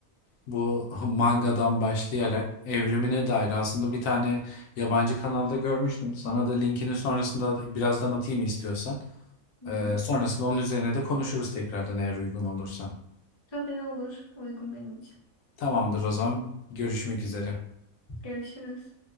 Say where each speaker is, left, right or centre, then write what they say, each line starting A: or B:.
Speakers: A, on the left (about 75°); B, on the left (about 30°).
A: Bu mangadan başlayarak evrimine dair aslında bir tane yabancı kanalda görmüştüm. Sana da linkini sonrasında birazdan atayım istiyorsan.
B: Hı
A: Ee,
B: hı.
A: sonrasında onun üzerine de konuşuruz tekrardan eğer uygun olursan.
B: Tabii olur. Uygun benim için.
A: Tamamdır o zaman görüşmek üzere.
B: Görüşürüz.